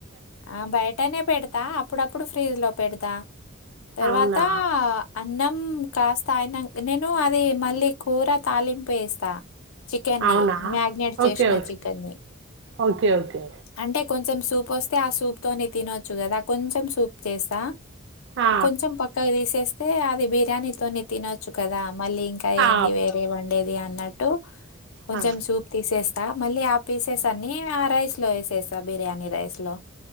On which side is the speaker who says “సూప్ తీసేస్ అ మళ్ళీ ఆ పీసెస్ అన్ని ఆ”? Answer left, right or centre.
Left